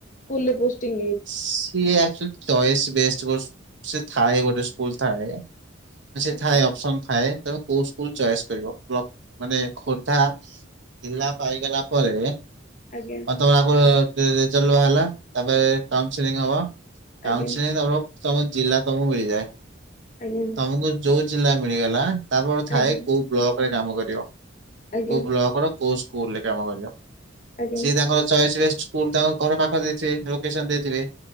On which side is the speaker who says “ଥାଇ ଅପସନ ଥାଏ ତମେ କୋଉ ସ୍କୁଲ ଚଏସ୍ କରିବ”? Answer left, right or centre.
Right